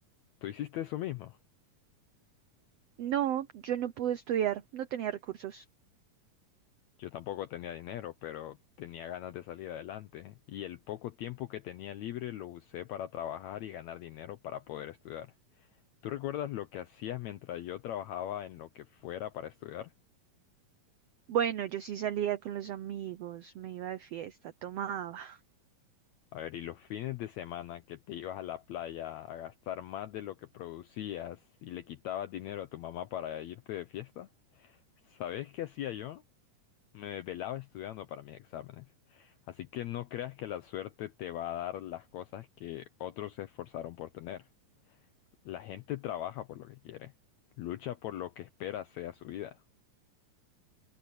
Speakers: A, on the left; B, on the right.
A: Tú hiciste eso mismo.
B: No, yo no pude estudiar, no tenía recursos.
A: Yo tampoco tenía dinero, pero tenía ganas de salir adelante ¿eh? y el poco tiempo que tenía libre lo usé para trabajar y ganar dinero para poder estudiar. ¿Tú recuerdas lo que hacías mientras yo trabajaba en lo que fuera para estudiar?
B: Bueno, yo sí salía con los amigos, me iba de fiesta, tomaba. <laughs>
A: A ver, y los fines de semana que te ibas a la playa a gastar más de lo que producías y le quitabas dinero a tu mamá para irte de fiesta? ¿Sabes qué hacía yo? Me desvelaba estudiando para mis exámenes. Así que no creas que la suerte te va a dar las cosas que otros se esforzaron por tener. La gente trabaja por lo que quiere, lucha por lo que espera sea su vida.